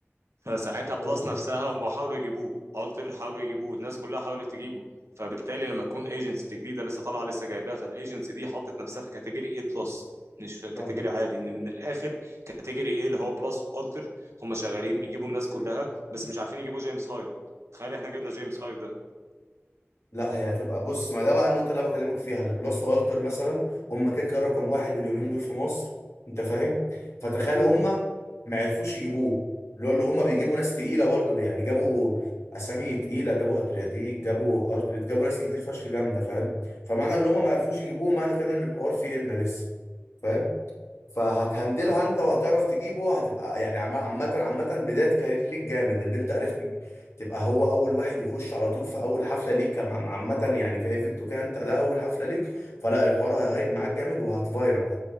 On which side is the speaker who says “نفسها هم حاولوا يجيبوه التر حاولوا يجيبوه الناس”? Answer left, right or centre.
Right